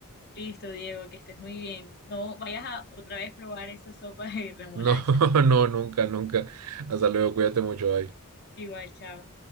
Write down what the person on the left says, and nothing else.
Listo, Diego, que estés muy bien. No vayas a otra vez probar esa sopa de remolacha.
Igual, chao.